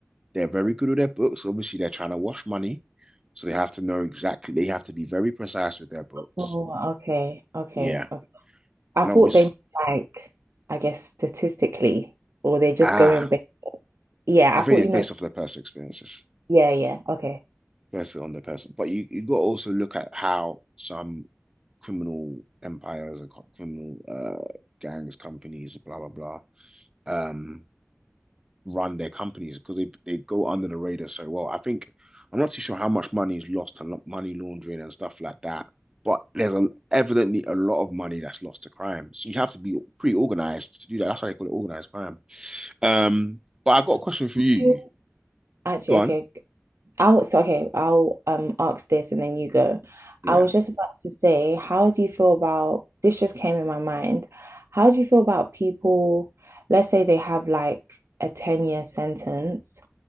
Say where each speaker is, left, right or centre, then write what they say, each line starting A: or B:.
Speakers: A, on the right; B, on the right.
A: they're very good with their books. Obviously, they're trying to wash money, so they have to know exactly. They have to be very precise with their books.
B: Oh, okay, okay,
A: Yeah,
B: okay. I
A: and
B: thought
A: obviously,
B: they meant like I guess statistically, or they just
A: ah,
B: go in big. Yeah,
A: I
B: I thought
A: think
B: you
A: it's
B: meant
A: based off their personal experiences.
B: yeah, yeah, okay.
A: firstly on the person, but you you got to also look at how some criminal empires and co- criminal uh gangs, companies, blah blah blah, um, run their companies because they they go under the radar so well. I think I'm not too sure how much money is lost and money laundering and stuff like that, but there's a, evidently a lot of money that's lost to crime. So you have to be pretty organized to do that. That's why they call it organized crime. Um, but I got a question
B: So
A: for you.
B: do you- Actually,
A: Go
B: okay.
A: on.
B: I'll so okay, I'll um ask this and then you go.
A: Yeah.
B: I was just about to say, how do you feel about this just came in my mind. How do you feel about people, let's say they have like a 10-year sentence,